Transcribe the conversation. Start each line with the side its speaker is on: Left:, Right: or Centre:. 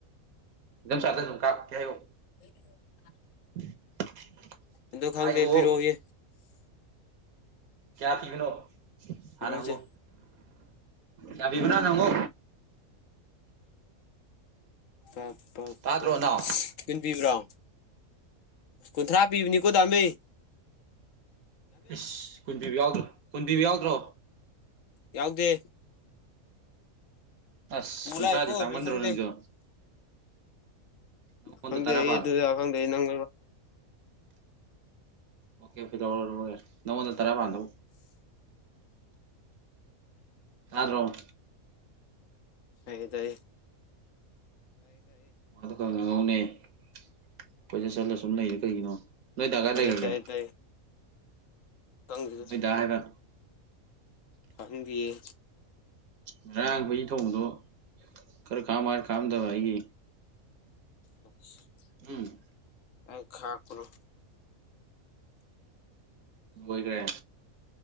Right: ꯆꯗ ꯊ ꯀꯥ ꯀꯌꯥ
Left: <unintelligible> <inaudible>
Right: <unintelligible> <inaudible>
Left: ꯀꯗꯣ ꯈꯪꯗꯦ
Right: ꯍꯥꯏꯈꯣ
Left: ꯐꯔꯣ ꯌꯦ
Right: ꯀꯌꯥ ꯄꯤꯒꯅꯣ ꯍꯥꯟꯅ
Left: ꯄꯤꯔꯛꯑꯣꯁꯦ
Right: ꯍꯪꯉꯣ ꯌꯥꯕꯤꯕꯅ ꯍꯪꯉꯣ
Left: ꯇꯠ ꯄꯞꯞ
Right: ꯇꯥꯗ꯭ꯔꯣ ꯅꯥꯎ
Left: ꯀꯟꯕꯤꯕ꯭ꯔꯣ ꯀꯨꯟꯊ꯭ꯔꯥ ꯄꯤꯕꯅꯤꯀꯣ ꯇꯝꯕꯩ
Right: ꯏꯁꯁ ꯀꯨꯟꯗꯤ꯭ꯕ ꯌꯥꯎꯗ꯭ꯔꯣ ꯀꯨꯟꯗ꯭ꯕ ꯌꯥꯎꯗ꯭ꯔꯣ
Left: ꯌꯥꯎꯗꯦ
Right: ꯑꯁ
Left: ꯄꯨ
Right: ꯀꯨꯟꯊ꯭ꯔꯥꯗꯤ
Left: ꯂꯥꯛꯑꯦꯀꯣ
Right: ꯇꯥꯡꯃꯟꯗ꯭ꯔꯣ
Left: ꯑꯩ ꯈꯪꯗꯦ
Right: ꯅꯪꯁꯨ ꯅꯪꯉꯣꯟꯗ
Left: ꯈꯡꯗꯦ
Right: ꯇꯔꯥ
Left: ꯑꯗꯨ
Right: ꯄꯥꯜꯂꯣ
Left: ꯈꯡꯗꯦ ꯅꯪ
Right: ꯑꯣꯀꯦ ꯐ ꯅꯣꯗ ꯇꯔꯦꯕꯗ ꯇꯥꯗꯔ꯭ꯤ
Left: ꯍ ꯇꯥꯏ
Right: ꯃꯥꯗꯣ ꯈꯔ ꯉꯍꯧꯅꯦ ꯑꯩꯣꯏꯗꯠ ꯆꯠꯂ ꯁꯨꯝ ꯂꯩꯔ ꯀꯩꯒꯤꯅꯣ ꯅꯣꯏ ꯇꯒ
Left: ꯇꯥꯏꯌꯦ
Right: ꯂꯩꯈꯒꯦ
Left: ꯇꯥꯏꯌꯦ ꯇꯥꯏꯌꯦ ꯈꯪꯗꯦꯗ
Right: ꯅꯣꯏꯗ ꯍꯥꯏꯕ
Left: ꯈꯪꯗꯦꯌꯦ
Right: ꯉꯔꯥꯡ ꯑꯩꯏꯒꯤ ꯊꯣꯡꯗꯣ ꯈꯔ ꯀꯥꯝ ꯍꯥꯏꯔ ꯀꯥꯝꯗꯕ ꯑꯩꯒꯤ
Left: ꯑꯣ <unintelligible> <inaudible>
Right: ꯎꯝ
Left: ꯑ ꯈꯥ ꯀꯂ
Right: ꯂꯣꯏꯒꯔꯦ